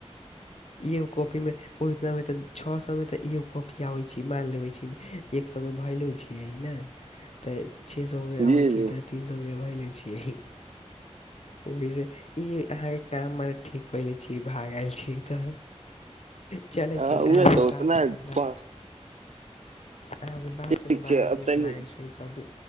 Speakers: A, on the left (about 65°); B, on the right (about 75°).
A: एगो कॉपी मे ओहिमे तऽ छओ सै मे तऽ एगो कॉपी आबैत छै मानि लेबै छी एक सए के भैलू छियै न तऽ छओ सए के
B: जी
A: अबै छी
B: जी
A: तऽ तीन सए के भय लै छियै ओ से ई अहाँ के मने ठीक क लेने छी भागि गेल छी तऽ चलै
B: आ,
A: छै
B: उहे
A: अहाँ
B: तऽ उतना
A: बात के बाद
B: प-
A: अहाँके बात सभ के
B: ठीक छै
A: बड़ा
B: अब
A: नीक
B: तनी
A: लागैत छै कभी